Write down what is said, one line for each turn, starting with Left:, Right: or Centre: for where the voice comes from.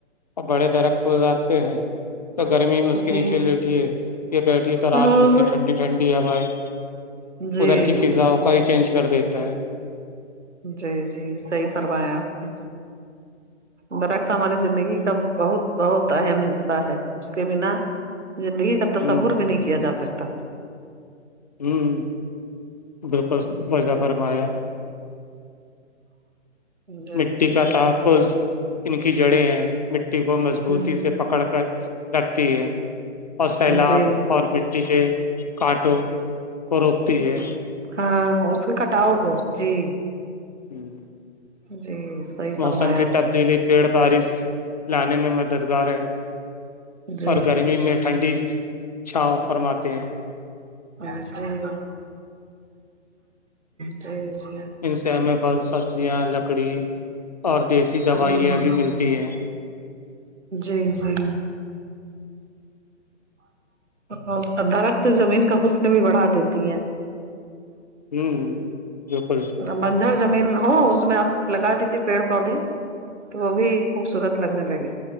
Left: اور بڑے درخت ہو جاتے ہیں تو گرمی میں اس کے
Right: جی
Left: نیچے لیٹھی ہے یہ بیٹھی ہے تو رات
Right: اور
Left: ملتی ٹھنڈی ٹھنڈی ہوایں
Right: جی
Left: ادھر کی فضا کو ہی چینج کر دیتا ہے
Right: جی جی صحیح کروایا آپ نے برعکس ہماری زندگی کا بہت بہت اہم حصہ ہے اس کے بنا زندگی کا تصور
Left: ہ
Right: بھی نہیں کیا جا سکتا
Left: ہوں بالکل وظفرمایا
Right: جی
Left: مٹی کا تحفظ ان کی جڑیں ہیں مٹی کو مضبوطی
Right: جی
Left: سے پکڑ کر رکھتی ہے اور سیلاب
Right: جی
Left: اور مٹی کے کانٹوں کو روکتی ہے
Right: ہاں اس کے کٹاؤ کو جی
Left: ہوں
Right: جی صحیح
Left: موسم
Right: فرمایا
Left: کی
Right: آپ
Left: تبدیلی
Right: نے
Left: پیڑ بارش لانے میں مددگار ہے
Right: جی
Left: اور گرمی میں ٹھنڈی چاؤ فرماتے ہیں
Right: جی جی جی
Left: ان سے ہمیں پھل سبزیاں لکڑی اور دیسی دوائیاں
Right: ہوں
Left: بھی ملتی ہیں
Right: جی جی اور درخت زمین کا حسن بھی بڑھا دیتی ہیں
Left: ہوں بالکل
Right: بنجر زمین ہو اس میں آپ لگا دیجیے پیڑ پودے تو وہ بھی خوبصورت لگنے لگی